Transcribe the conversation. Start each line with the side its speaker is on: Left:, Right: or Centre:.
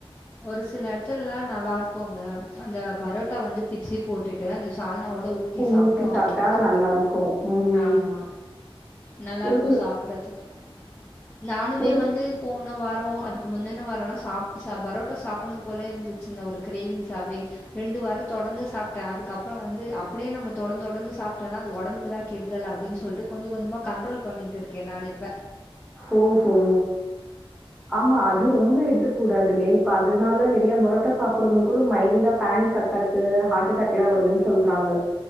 Left: ஒரு சில எடத்துலல்லா நல்லாருக்குங்க அந்த பரோட்டா வந்து பிச்சு போட்டுட்டு அந்த சால்னாவோட ஊத்தி
Centre: ஊ-
Left: சாப்பிட்டோ அப்புடின்னா
Centre: சாப்ட்டா நல்லாருக்கும். ம்.
Left: ஆமா நல்லா
Centre: ஒரு
Left: இருக்கு
Centre: சில
Left: சாப்பிடரதுக்கு நானுமே
Centre: ஒரு
Left: வந்து போன வாரோ அதுக்கு முந்தின வாரம்லா சாப் ச பரோட்டா சாப்பிடுனு போலேயே இருந்துச்சுங்க ஒரு கிரேவிங்ஸாவே ரெண்டு வாரோ தொடர்ந்து சாப்ட்டே அதுக்கு அப்றோ வந்து அப்டியே நம்ம தொடர்ந்து தொடர்ந்து சாப்ட் ட்டனா அது ஒடம்புக்கு தா கெடுதல் அப்டின் சொல்லிட்டு கொஞ்சு கொஞ்சமா கன்ட்ரோல் பண்ணிட்டு இருக்கே நான்னு இப்ப
Centre: ஓ ஓ ஆமா அது ரொம்ப எடுத்துக்க கூடாதுல்ல இப்ப அதனால நெறையா பொரட்டா சாப்பிடுறவங்க கூட மைல்டா பேனிக் அட் அடேக்கு ஹார்ட்டடாக் எல்லா வருதுன்னு சொல்றாங்க